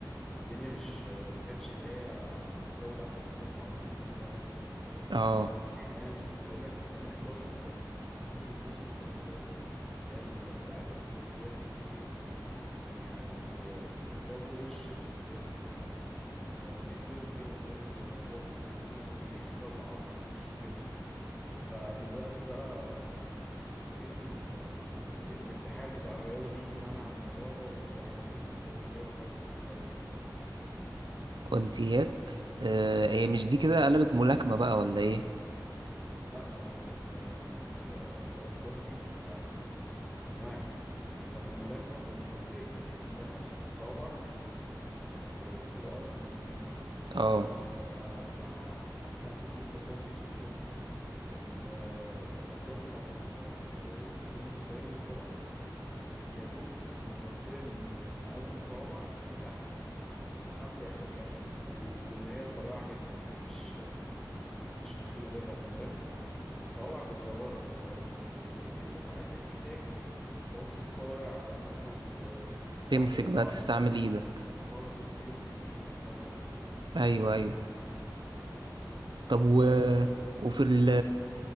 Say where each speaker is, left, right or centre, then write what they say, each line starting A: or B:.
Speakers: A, in the centre; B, on the right (about 80°).
A: الدنيا مش ما كانتش اللي هي يعني يضربوا تحت الحزام على طول كده فاهم قصدي
B: اه
A: ما علينا يعني بقول لك زمان برضو كان ما كانوش بيلبسوا قفازات اللي هي ال- بتاعات الجوانتيات اللي في ايديهم دي كان يعني بيضربوا وش الخصم بال... بايديهم كده من غير قفازات فاهم كان ممكن مثلا يكسروا العظم في وشه كده فدلوقتي بقى تقريبا ال... ال- الاتحاد بتاع الرياضة دي منع الموضوع ده وبقى يلبسهم جوانتيات غصب دلوقتي
B: كونتيات آه هي مش دي كده قلبت ملاكمة بقى ولا ايه
A: لا ما هو ال- ال- القفازات دي بتبقى انواع يعني بتاعت الملاكمه بتبقى مغطيه ايدك كلها حتى صوابعك آه، وبتبقى اضخم بكتير يعني
B: اه
A: ممكن مثلا بتبقى بتاع خمسة ستة سنتي تقسمك ال- آه، القفازات بتاعت ال- آه، الفنون القتاليه المختلطه يا دوب مغطيه من من اول صوابعك تحت لحد اخر كفك و- واللي هي رفيعه جدا يعني مش مش تخينة زي بتاعة الملاكمة وصوابعك بتبقى بره في الهواء لأن أنت ساعات بتحتاج لو تتصارع أو مثلا ت-
B: تمسك
A: تعمل إخضاع
B: بقى تستعمل
A: لحد
B: ايدك
A: أه تم- تمسك بإيدك فاهم قصدي؟
B: ايوه ايوه طب و...
A: بس
B: وفي ال